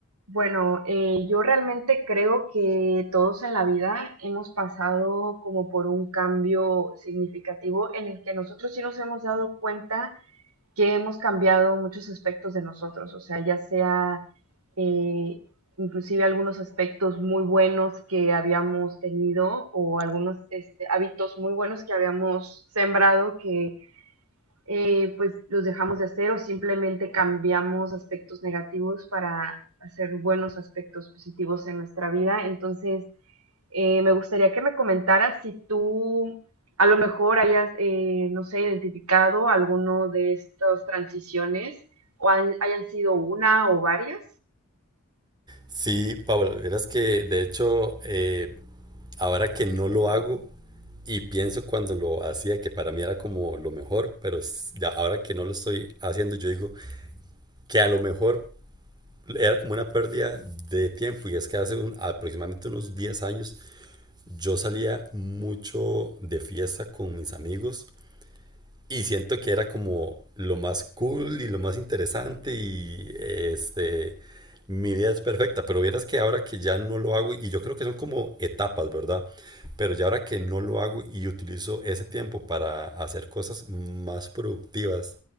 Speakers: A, on the right; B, on the right.
A: Bueno, eh, yo realmente creo que todos en la vida hemos pasado como por un cambio significativo en el que nosotros sí nos hemos dado cuenta que hemos cambiado muchos aspectos de nosotros, o sea, ya sea eh, inclusive algunos aspectos muy buenos que habíamos tenido o algunos este, hábitos muy buenos que habíamos sembrado que eh, pues los dejamos de hacer o simplemente cambiamos aspectos negativos para hacer buenos aspectos positivos en nuestra vida. Entonces, eh, me gustaría que me comentaras si tú a lo mejor hayas, eh, no sé, identificado alguno de estas transiciones o han- hayan sido una o varias.
B: Sí, Paula, verás que de hecho eh, ahora que no lo hago y pienso cuando lo hacía que para mí era como lo mejor, pero s- ya ahora que no lo estoy haciendo yo digo que a lo mejor era como una pérdida de tiempo y es que hace un- aproximadamente unos 10 años yo salía mucho de fiesta con mis amigos Y siento que era como lo más cool y lo más interesante y este, mi vida es perfecta, pero vieras que ahora que ya no lo hago, y yo creo que son como etapas, ¿verdad? Pero ya ahora que no lo hago y utilizo ese tiempo para hacer cosas más productivas